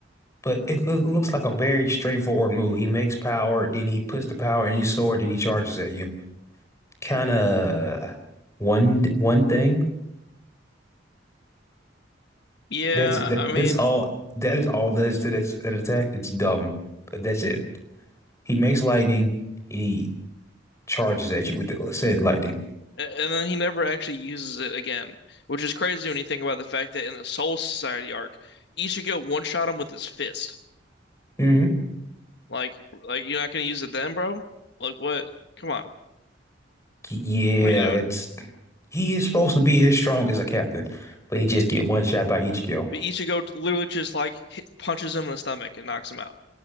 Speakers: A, on the left (about 15°); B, on the left (about 65°).
A: But it loo- looks like a very straightforward move. He makes power, then he puts the power in his sword, then he charges at you. Kind of one one thing.
B: Yeah,
A: That's that,
B: I mean,
A: that's all. That is all that is to that, that attack. It's dumb. That's it. He makes lightning and he charges at you with the said lightning.
B: a- and then he never actually uses it again, which is crazy when you think about the fact that in the Soul Society arc, Ichigo one-shot him with his fist.
A: hmm
B: Like, like you're not gonna use it then, bro? Like, what? Come on,
A: Yeah,
B: what are you doing?
A: it's he is supposed to be as strong as a captain, but he just get one shot by each kill.
B: But Ichigo t- literally just like hit, punches him in the stomach and knocks him out.